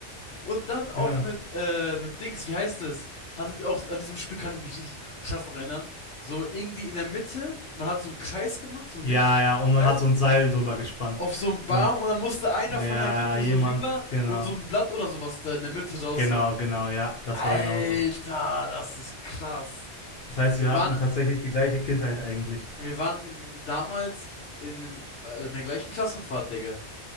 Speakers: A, on the left; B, on the left.
A: Und dann auch
B: Genau.
A: mit, äh, mit Dings, wie heißt das? Hattet ihr auch, an diesem Spiel kann ich mich richtig krass noch erinnern. So irgendwie in der Mitte, man hat so einen Kreis gemacht, so einen
B: Ja,
A: richtig guten
B: ja. Und man
A: Kreis,
B: hat so ein Seil drüber gespannt.
A: auf so einen Baum
B: Und
A: und dann musste einer
B: ja,
A: von der Gruppe
B: ja, jemand,
A: so rüber
B: genau.
A: und so ein Blatt oder sowas da in der Mitte rausholen.
B: Genau, genau, ja, das
A: Alter,
B: war genauso.
A: das ist krass.
B: Das heißt,
A: Wir
B: wir hatten
A: waren,
B: tatsächlich die gleiche Kindheit eigentlich.
A: wir waren in, damals in, dem- äh, in der gleichen Klassenfahrt, Digga.